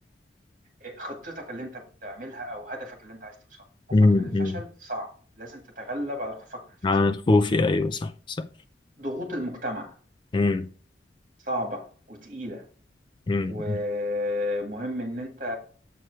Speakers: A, on the right; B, on the left.
A: آه، خطتك اللي أنت بتعملها أو هدفك اللي أنت عايز توصل له خوفك
B: امم
A: من الفشل
B: أمم.
A: صعب لازم تتغلب على خوفك من الفشل
B: على الخوفي ايوه صح صح
A: ضغوط المجتمع
B: امم
A: صعبة وتقيلة
B: امم
A: ومهم إن أنت